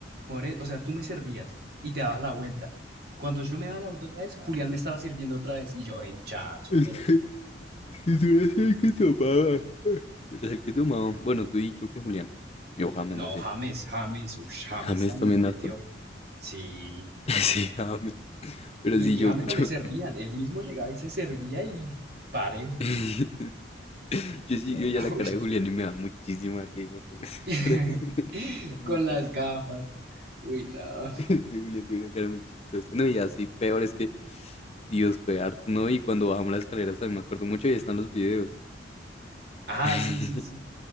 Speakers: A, on the right (about 55°); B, on the left (about 30°).
A: por e- o sea, tú me servías y te dabas la vuelta. Cuando yo me daba la vuelta otra vez, Julián me estaba sirviendo otra vez. Y yo, hey, muchachos,
B: <laughs> es
A: pero.
B: que Es que tú eres el que tomaba. Tú eres el que tomaba. Bueno, tú y creo que Julián. Yo James,
A: No,
B: no sé.
A: James, James, uff, James
B: ¿James
A: también
B: también
A: metió.
B: harto? <laughs>
A: Sí.
B: Sí, James. Pero
A: Y,
B: sí, yo,
A: y James
B: yo,
A: no le servían, él mismo llegaba y se servía y parejo.
B: <laughs> yo
A: Y
B: sí
A: yo,
B: veo ya
A: <laughs>
B: la cara
A: uy,
B: de Julián y me da muchísima risa como esa
A: <laughs>
B: <laughs> cara de Julián. <laughs> da Mucha.
A: con las gafas. Uy, no.
B: risa. Sí, Julián tiene una cara muy chistosa. No, y así peor es que Dios fue harto, ¿no? Y cuando bajamos las escaleras también me acuerdo mucho y están los videos.
A: Ah,
B: <laughs>
A: sí, sí, sí.